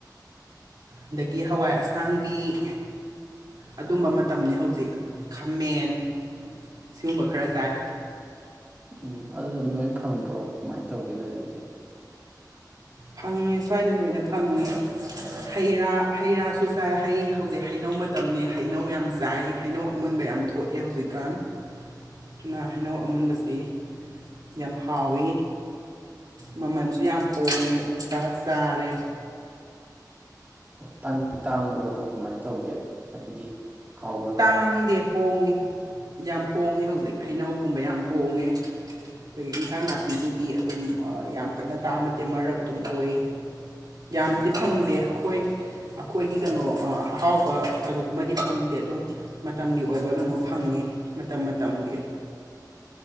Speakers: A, on the right (about 65°); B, on the right (about 25°).
A: ꯑꯗꯒꯤ ꯍꯋꯥꯏ ꯑꯁꯥꯡꯕꯤ ꯑꯗꯨꯝꯕ ꯃꯇꯝꯅꯤ ꯍꯧꯖꯤꯛ ꯈꯥꯃꯦꯟ ꯁꯤꯒꯨꯝꯕ ꯈꯔ ꯆꯥꯏ
B: ꯎꯝ ꯑꯗꯨ ꯑꯗꯨꯝ ꯂꯣꯏ ꯐꯪꯕ꯭ꯔꯣ ꯀꯃꯥꯏꯅ ꯇꯧꯒꯦ ꯅꯣꯏ ꯑꯗꯨꯗꯗꯤ
A: ꯐꯪꯉꯦ ꯁ꯭ꯋꯥꯏꯗ ꯂꯣꯏꯅ ꯐꯪꯉꯦ ꯍꯩ ꯔꯥ ꯍꯩ ꯔꯥꯁꯨ ꯆꯥꯏ ꯍꯩ ꯍꯧꯖꯤꯛ ꯍꯩꯅꯧ ꯃꯇꯝꯅꯤ ꯍꯩꯅꯧ ꯌꯥꯝ ꯆꯥꯏ ꯍꯩꯅꯧ ꯑꯃꯨꯟꯕ ꯌꯥꯝ ꯊꯣꯛꯑꯦ ꯍꯧꯖꯤꯛꯀꯥꯟ ꯑꯗꯨꯅ ꯍꯩꯅꯧ ꯑꯃꯨꯟꯕꯁꯤ ꯌꯥꯝ ꯍꯥꯎꯋꯤ ꯃꯃꯜꯁꯨ ꯌꯥꯝ ꯍꯣꯡꯉꯦ ꯑꯗꯨ ꯆꯥꯔꯦ
B: ꯑꯣ ꯇꯥꯡꯕ꯭ꯔꯣ ꯑꯗꯣ ꯀꯃꯥꯏꯅ ꯇꯧꯒꯦ ꯍꯥꯏꯕꯗꯤ ꯍꯥꯎꯕ꯭ꯔꯕ
A: ꯇꯥꯡꯗꯦ ꯍꯣꯡꯉꯦ ꯌꯥꯝ ꯍꯣꯡꯉꯦ ꯍꯧꯖꯤꯛ ꯍꯩꯅꯧꯒꯨꯝꯕ ꯌꯥꯝ ꯍꯣꯡꯉꯦ ꯑꯗꯒꯤ ꯏꯟꯁꯥꯡ ꯅꯥꯄꯤꯕꯨꯗꯤ ꯑꯗꯨꯝ ꯌꯥꯝ ꯀꯟꯅ ꯇꯥꯡꯕꯗꯤꯦ ꯃꯔꯛ ꯑꯗꯨꯝ ꯑꯣꯏ ꯌꯥꯝꯗꯤ ꯐꯪꯗꯦ ꯑꯩꯈꯣꯏ ꯑꯩꯈꯣꯏꯒꯤ ꯀꯩꯅꯣ ꯑꯍꯥꯎꯕ ꯀꯩꯅꯣꯒꯨꯝꯕꯗꯤ ꯐꯪꯗꯦ ꯑꯗꯨꯝ ꯃꯇꯝꯒꯤ ꯑꯣꯏꯕ ꯀꯩꯅꯣ ꯐꯪꯉꯤ ꯃꯇꯝ ꯃꯇꯝꯒꯤ